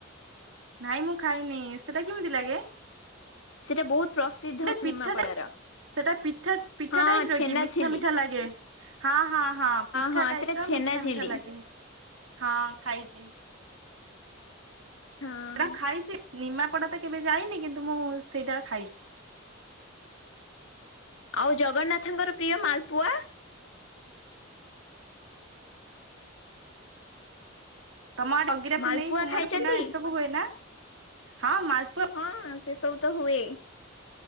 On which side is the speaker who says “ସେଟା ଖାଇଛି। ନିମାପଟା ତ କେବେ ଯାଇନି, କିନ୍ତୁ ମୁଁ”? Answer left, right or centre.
Right